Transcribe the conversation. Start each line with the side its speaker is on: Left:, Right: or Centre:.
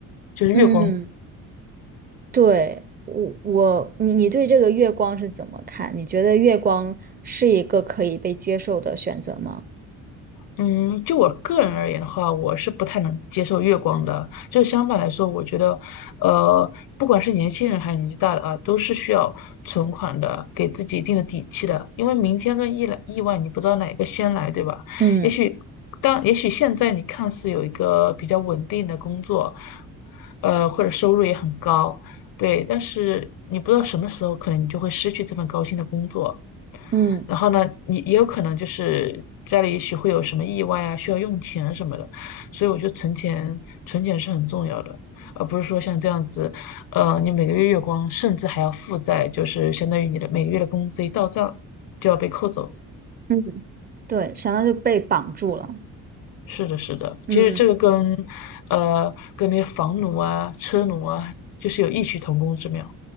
Left: 就是月光。
Right: 嗯，对，我我你你对这个月光是怎么看？你觉得月光是一个可以被接受的选择吗？
Left: 嗯，就我个人而言的话，我是不太能接受月光的。就相反来说，我觉得，呃，不管是年轻人还是年纪大的啊，都是需要存款的，给自己一定的底气的。因为明天跟意来意外，你不知道哪个先来，对吧？
Right: 嗯
Left: 也许当也许现在你看似有一个比较稳定的工作，呃，或者收入也很高，对，但是你不知道什么时候可能你就会失去这份高薪的工作。
Right: 嗯
Left: 然后呢，你也有可能就是家里也许会有什么意外啊，需要用钱啊什么的，所以我觉得存钱存钱是很重要的，而不是说像这样子，呃，你每个月月光，甚至还要负债，就是相当于你的每个月的工资一到账就要被扣走。
Right: 嗯，对，想到就被绑住了。
Left: 是的，是的，
Right: 嗯。
Left: 其实这个跟，呃，跟那些房奴啊、车奴啊，就是有异曲同工之妙。